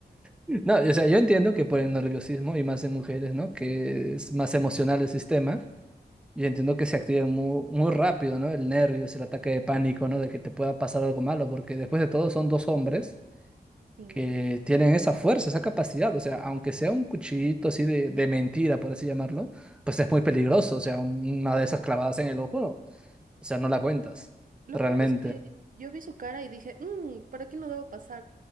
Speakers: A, in the centre; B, on the right.
A: No, o sea, yo entiendo que por el nerviosismo y más en mujeres, ¿no? Que es más emocional el sistema. Yo entiendo que se activa muy, muy rápido, ¿no? El nervio, es el ataque de pánico, ¿no? De que te pueda pasar algo malo, porque después de todo son dos hombres
B: Sí.
A: que tienen esa fuerza, esa capacidad. O sea, aunque sea un cuchillito así de, de mentira, por así llamarlo, pues es muy peligroso. O sea, una de esas clavadas en el ojo, o sea, no la cuentas,
B: Lo
A: realmente.
B: peor es que yo vi su cara y dije, "Mm, por aquí no debo pasar.